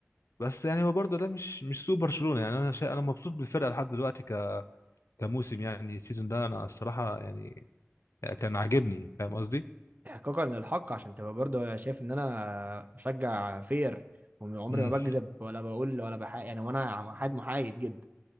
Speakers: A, on the left; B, on the right.
A: بس يعني هو برضه ده مش مش سوء برشلونة يعني انا شا... انا مبسوط بالفرقة لحد دلوقتي ك... كموسم يعني السيزون ده انا الصراحة يعني كان عاجبني فاهم قصدي؟
B: احقاقا للحق عشان تبقى برضه شايف ان انا مشجع فير وعمري
A: امم
B: ما بكذب ولا بقول ولا بحق يعني وانا حد محايد جدا